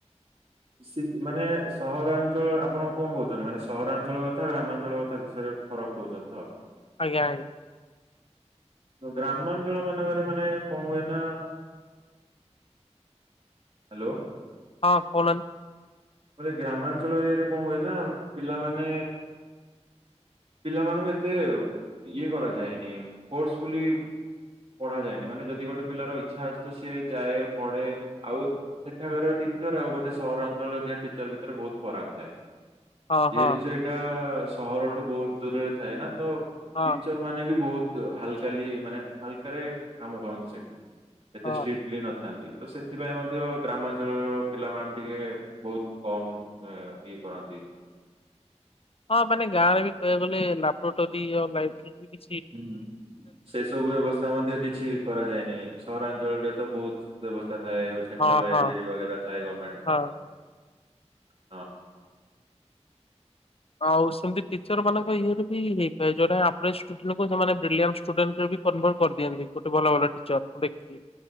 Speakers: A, on the right; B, on the left.
A: ସୀକ ମାନେ ସହରାଞ୍ଚଳ ଆପଣ କଣ କହୁଛନ୍ତି ମାନେ ସହରାଞ୍ଚଳ କଥା ଗ୍ରାମାଞ୍ଚଳ କଥା ବିଷୟରେ। ଫରକ କଉଛନ୍ତି ତ।
B: ଆଜ୍ଞା ଆଜ୍ଞା।
A: ଗ୍ରାମାଞ୍ଚଳ ମାନଙ୍କରେ ମାନେ କଁ ହୁଏ ନା? ହାଲୋ।
B: ହଁ କହୁନାନ୍ତି।
A: ବୋଇଲେ ଗ୍ରାମାଞ୍ଚଳ ଏରିଆରେ କଁ ହୁଏ ନା ପିଲାମାନେ। ପିଲାମାନଙ୍କୁ ଏତେ ଇଏ କରାଯାଏ ନି ଫୋର୍ସଫୁଲି। ପଢା ଯାଏନି ମାନେ ଯଦି ଗୋଟେ ପିଲାର ଇଚ୍ଛା ଅଛି ତ ସିଏ ଯାଏ ପଢେ ଆଉ ସେଠାକାର ଟିକେ। ଟିଚର ଆଉ ଗୋଟେ ସହରାଞ୍ଚଳ ରେ ଥିବା ଟିଚର ଭିତରେ ବହୁତ ଫରକ ଥାଏ।
B: ହଁ
A: ଯେହେତୁ
B: ହଁ
A: ସେଇଟା ସହର ଠୁ ବହୁତ ଦୂରରେ ଥାଏ ନା ତ।
B: ହଁ
A: ଟିଚର ମାନେ ବି ବହୁତ। ହାଲକାଲି ମାନେ ହାଲକାରେ କାମ କରନ୍ତି, ସେଠି ଏତେ
B: ହଁ।
A: ଷ୍ଟ୍ରିଟଲି ନଥାନ୍ତି। ତ ସେଥିପାଇଁ ମଧ୍ୟ ଗ୍ରାମାଞ୍ଚଳ ର ପିଲାମାନେ ଟିକେ ବହୁତ। କମ୍ ଏଁ ଇଏ କରନ୍ତି।
B: ହଁ ମାନେ ଗାଁରେ ବି କହିବାକୁ ଗଲେ ଲାବରୋଟୋରି ଇଏ ଆଉ ଲାଇବ୍ରେରି ବି କି
A: ହୁଁ ସେ ସବୁ ବ୍ୟବସ୍ଥା ମଧ୍ୟ କିଛି କରାଯାଏନି, ସହରାଞ୍ଚଳରେ ତ ବହୁତ। ବ୍ୟବସ୍ଥା ଥାଏ ସେଣ୍ଟ୍ରାଲ
B: ହଁ
A: ଲାଇବ୍ରେରି
B: ହଁ
A: ବଗେରା ଥାଏ ଗମେଣ୍ଟର।
B: ହଁ
A: ହଁ।
B: ଆଉ ସେମିତି ଟିଚର ମାନଙ୍କ ଇଏରେ ବି ହେଇ ଥାଏ ଜଣେ ଅବରେଜ ସ୍ଟୁଡେଣ୍ଟ କୁ ସେମାନେ ବ୍ରିଲିଆଣ୍ଟ ସ୍ଟୁଡେଣ୍ଟ ରେ ବି। କନଭଟ କରି ଦିଅନ୍ତି ଗୋଟେ ଭଲ ଭଲ ଟିଚର ମୁ ଦେଖିଚି।